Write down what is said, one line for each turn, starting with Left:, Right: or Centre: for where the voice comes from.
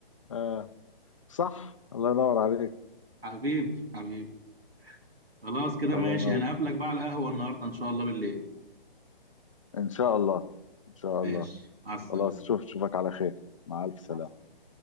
Left: آه. صح الله ينور عليك
Right: حبيبي حبيبي خلاص كده ماشي
Left: الله ينور
Right: هنقابلك بقى على القهوة النهاردة إن شاء الله بالليل
Left: ان شاء الله ان شاء
Right: ماشي
Left: الله
Right: مع السلامة
Left: خلاص شوف شوفك على خير مع الف سلامه
Right: مع السلامة